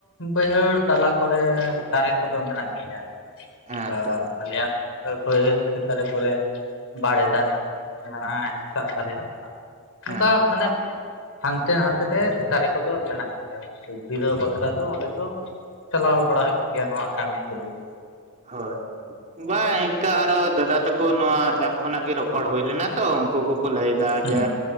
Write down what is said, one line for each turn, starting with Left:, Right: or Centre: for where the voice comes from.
Left: ᱵᱟᱹᱭᱦᱟᱹᱲ ᱛᱟᱞᱟ ᱠᱚᱨᱮ ᱫᱟᱨᱮ ᱠᱚᱫᱚ ᱢᱮᱱᱟᱜ ᱜᱮᱭᱟ᱾ ᱟᱫᱚ
Right: ᱦᱮᱸ ᱛᱚ
Left: ᱟᱞᱮᱭᱟᱜ ᱵᱟᱹᱭᱦᱟᱹᱲ ᱠᱷᱮᱫ ᱫᱟᱨᱮ ᱠᱚᱨᱮ ᱵᱟᱲᱮ ᱫᱟᱨᱮ ᱦᱚᱸ ᱢᱮᱱᱟᱜᱼᱟ᱾ ᱦᱮᱸᱥᱟᱜ ᱫᱟᱨᱮ ᱦᱚᱸ ᱢᱮᱱᱟᱜᱼᱟ᱾
Right: ᱦᱮᱸ
Left: ᱚᱱᱠᱟ ᱢᱟᱱᱮ ᱦᱟᱱᱛᱮ ᱱᱟᱛᱮ ᱛᱮ ᱫᱟᱨᱮ ᱠᱚᱫᱚ ᱢᱮᱱᱟᱜ ᱥᱤᱯᱤ ᱫᱚ ᱫᱟᱠᱟ ᱫᱚ ᱚᱸᱰᱮ ᱫᱚ ᱪᱟᱞᱟᱣ ᱵᱟᱲᱟ ᱦᱩᱭᱩᱜ ᱜᱮᱭᱟ ᱱᱚᱣᱟ ᱠᱟᱹᱢᱤ ᱛᱩᱞᱩᱡ
Right: ᱦᱳᱭ ᱵᱟᱝ ᱤᱱᱠᱟ ᱟᱨᱚ ᱫᱟᱫᱟ ᱛᱟᱠᱚ ᱱᱚᱶᱟ ᱮᱯ ᱠᱷᱚᱱᱟᱜ ᱜᱮ ᱨᱚᱯᱚᱲ ᱦᱩᱭᱞᱮᱱᱟ ᱛᱚ ᱩᱱᱠᱩ ᱠᱩᱠᱚ ᱞᱟᱹᱭ ᱫᱟ
Left: ᱦᱩᱸ
Right: ᱡᱮ